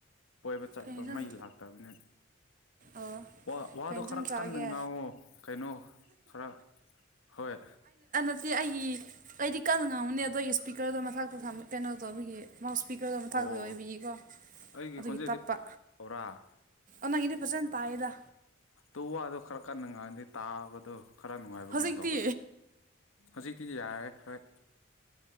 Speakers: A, on the left; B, on the right.
A: ꯀꯣꯏꯕ ꯆꯠꯄ
B: ꯀꯩ ꯌꯦꯟꯁꯥꯡ
A: ꯃꯩ ꯂꯥꯛꯇꯕꯅꯤ
B: ꯑꯣ
A: ꯋꯥ ꯋꯥꯗꯣ
B: ꯀꯩ ꯌꯦꯟꯁꯥꯡ
A: ꯈꯔ
B: ꯆꯥꯒꯦ
A: ꯀꯟꯅ ꯉꯥꯡꯉꯣ ꯀꯩꯅꯣ ꯈꯔ ꯍꯣꯏ
B: ꯑꯗꯨꯗꯤ ꯑꯩꯒꯤ ꯀꯗꯤ ꯀꯟꯅ ꯉꯥꯡꯉꯨꯅꯦ ꯑꯗꯣ ꯑꯩꯒꯤ ꯏꯁꯄꯤꯀꯔꯗꯣ ꯃꯊꯛꯇꯇ ꯀꯩꯅꯣ ꯇꯧꯕꯒꯤ ꯃꯥꯎꯠ ꯏꯁꯄꯤꯀꯔꯗꯣ ꯃꯊꯥꯛꯛꯇꯗ
A: ꯑꯣ
B: ꯑꯣꯏꯕꯤꯌꯦꯀꯣ
A: ꯑꯩꯒꯤ
B: ꯑꯗꯨꯒꯤ
A: ꯈꯣꯟꯖꯦꯜꯗꯤ
B: ꯇꯞꯄ
A: ꯐꯥꯎꯔꯥ
B: ꯑꯪꯒꯤꯗꯤ ꯐꯖꯅ ꯇꯥꯏꯌꯦꯗ
A: ꯇꯨ ꯋꯥꯗꯣ ꯈꯔ ꯀꯟꯅ ꯉꯥꯏꯗꯤ ꯇꯥꯕꯗꯣ ꯈꯔ ꯅꯨꯡꯉꯥꯏꯕꯒꯨꯝ
B: ꯍꯧꯖꯤꯛꯇꯤ
A: ꯇꯧꯕ ꯍꯧꯖꯤꯛꯇꯤ ꯌꯥꯔꯦ ꯍꯣꯏ